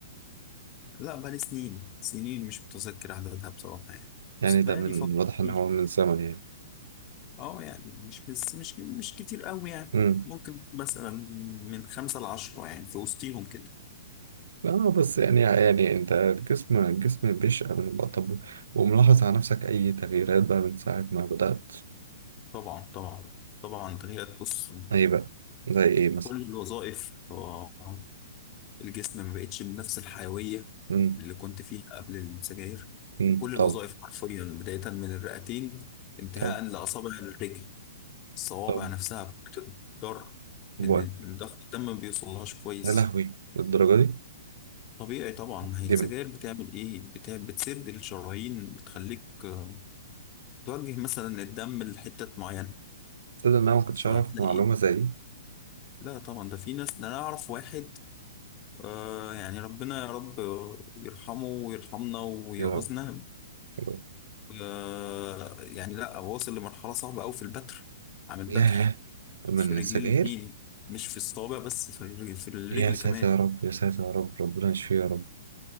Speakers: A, on the left (about 35°); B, on the right (about 75°).
A: لا بقالي سنين سنين مش متذكر عددها بصراحة يعني
B: يعني
A: بس بقالي
B: ده من
A: فترة
B: واضح
A: كتير
B: ان هو من زمن يعني
A: أه يعني مش بس مش مش كتير أوي يعني
B: امم
A: ممكن مثلا من خمسة لعشرة يعني في وسطيهم كده
B: اه بس يعني يعني انت الجسم الجسم بيشقى من الوقت. طب وملاحظ على نفسك اي تغييرات بقى من ساعة ما بدأت
A: طبعا طبعا طبعا تغيرت بص
B: ايه بقى زي ايه مثلا
A: كل الوظائف آه، الجسم ما بقتش بنفس الحيوية
B: امم
A: اللي كنت فيها قبل السجاير
B: امم
A: كل الوظائف
B: طب
A: حرفيا بداية من الرئتين انتهاء
B: طب
A: لأصابع الرجل الصوابع
B: طب
A: نفسها بتضر
B: وقت
A: لأن ضغط الدم ما بيوصلهاش كويس
B: يا لهوي للدرجة دي
A: طبيعي طبعا ما هي
B: دي
A: السجاير
B: من-
A: بتعمل إيه؟ بت- بتسد الشرايين بتخليك آه، توجه مثلا الدم لحتة معينة
B: تصدق ان انا ما كنتش
A: فتلاقي
B: اعرف معلومة زي دي
A: لا طبعا ده في ناس ده أنا أعرف واحد آه يعني ربنا يا رب يرحمه ويرحمنا ويعوزنا
B: يا رب يا رب.
A: آه يعني لا واصل لمرحلة صعبة أوي في البتر عامل
B: لا
A: بتر
B: من
A: في رجلي
B: السجاير
A: الاتنين مش في الصابع بس في الرجل, في الرجل
B: يا ساتر
A: كمان
B: يا رب يا ساتر يا رب ربنا يشفيه يا رب